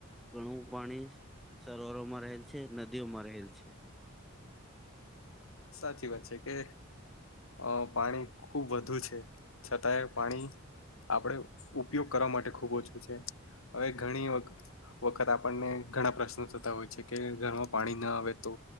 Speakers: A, in the centre; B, on the left.
A: ઘણું પાણી સરોવરોમાં રહેલ છે, નદીઓમાં રહેલ છે.
B: સાચી વાત છે, કે અહ પાણી ખુબ વધુ છે, છતાંય પાણી આપણે ઉપયોગ કરવા માટે ખૂબ ઓછું છે. હવે ઘણી વખ ખત આપણને ઘણા પ્રશ્નો થતા હોય છે કે ઘરમાં પાણી ના આવે તો